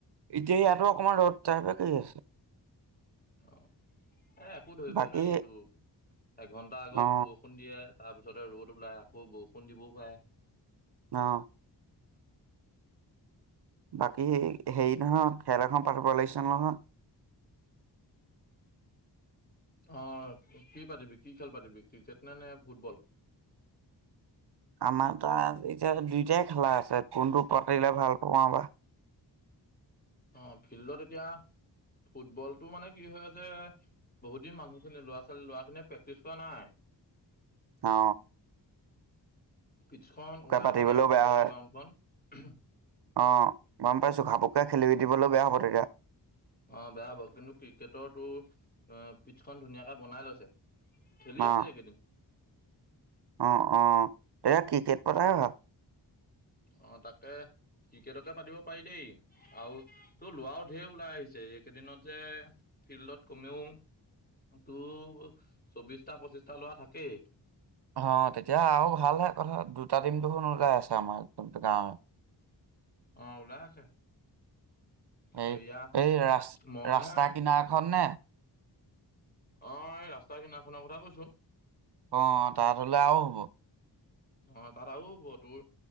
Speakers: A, on the right (about 65°); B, on the left (about 20°).
A: এতিয়া ইয়াৰপৰা অকমান ৰ'দ তাপা কৰি আছে।
B: অ। এ একো ধৰিবই
A: বাকী
B: নহ এইটো। এঘণ্টা আগত
A: অ
B: বৰষুণ দিয়ে। তাৰপিছতে ৰ'দ ওলাই, আকৌ বৰষুণ দিবও পাৰে।
A: অহ।
B: <unintelligible>
A: বাকী হেৰি নহয় খেল এখন পতিব লাগিছে নহয়।
B: অ কি পাতিবি কি খেল পাতিবি ক্ৰিকেট নে নে ফুটবল।
A: আমাৰ তাত এতিয়া দুইটাই খেলাই আছে কোনটো পাতিলে ভাল পা বা?
B: অ ফিল্ডত এতিয়া ফুটবলতটো মানে কি হয় যে বহুত দিন মানুহখিনি লৰা ছোৱালী লৰা খিনিয়ে প্ৰেক্টিছ কৰা নাই।
A: অ।
B: পিটখন ওলাই
A: পাতিবলৈও
B: থকা নাই ফুটবলৰ
A: বেয়া হয়
B: গ্ৰাউণ্ডখন? উম।
A: অ। গম পাইছোঁ ঘাপকে খেলি দিবলৈ বেয়া হ'ব তেতিয়া।
B: অ বেয়া হব কিন্তু ক্ৰিকেটৰ তো অ পিঠখন ধুনীয়াকে বনাই লৈছে। খেলি
A: অ',
B: আছে এইকেইদিন।
A: অ অ এয়া ক্ৰিকেট পতা ভাল।
B: আহ তাকে ক্ৰিকেটকে পাতিব পাৰি দেই আৰু তোৰ লৰাও ঢেৰ ওলাই আহিছে এইকেইদিনত যে ফিল্ডত কমেও তোৰো চৌবিশটা পঁচিশটা লৰা থাকেই।
A: অ তেতিয়া আৰু ভালহে কথা দুটা দিন ওলাই আছে আমাৰ একদম গাঁৱে।
B: অ ওলাই আছে।
A: এই
B: হেয়া
A: এই ৰা
B: মইহে
A: ৰাস্তা কিনাৰখন নে?
B: অ এই ৰাস্তা কিনাৰখনৰ কথা কৈছোঁ।
A: অ তাত হলে আৰু হ'ব। ঢ়
B: অ তাত আৰু হ'ব তোৰ